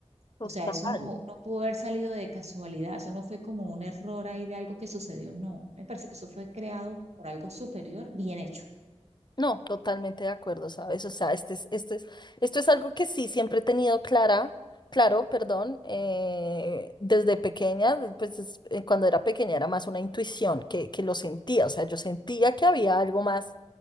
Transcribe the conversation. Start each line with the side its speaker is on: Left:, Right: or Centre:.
Left: total.
Right: O sea, eso no, no pudo haber salido de casualidad, eso no fue como un error ahí de algo que sucedió, no. Me parece que eso fue creado por algo superior, bien hecho.
Left: No, totalmente de acuerdo, ¿sabes? O sea, este es, este es, esto es algo que sí siempre he tenido clara, claro, perdón, eh, desde pequeña, pues es- eh, cuando era pequeña era más una intuición que, que lo sentía, o sea, yo sentía que había algo más,